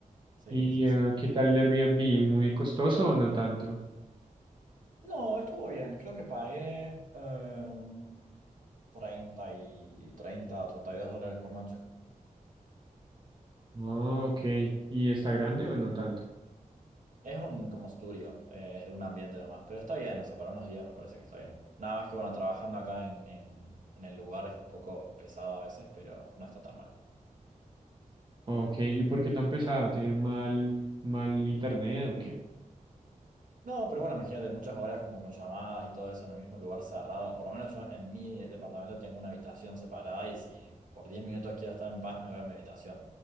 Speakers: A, on the right; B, on the right.
A: Sí,
B: ¿Y
A: sí,
B: eh,
A: sí.
B: qué tal el Airbnb? ¿Muy costoso o no tanto?
A: No, estuvo bien. Creo que pagué em, 30 y 30 o 32 dólares por noche.
B: Oh, ok. ¿Y está grande o no tanto?
A: Es un como estudio, eh, es de un ambiente nomás. Pero está bien, o sea, para unos días me parece que está bien. Nada más que bueno, trabajando acá en, en en el lugar es un poco pesado a veces, pero no está tan mal.
B: Ok, ¿y por qué tan pesado? ¿Tiene mal, mal internet o qué?
A: No, pero bueno, imagínate, muchas horas como con llamadas y todo eso en el mismo lugar cerrado. Por lo menos yo en mi departamento tengo una habitación separada y si por 10 minutos quiero estar en paz, me voy a mi habitación.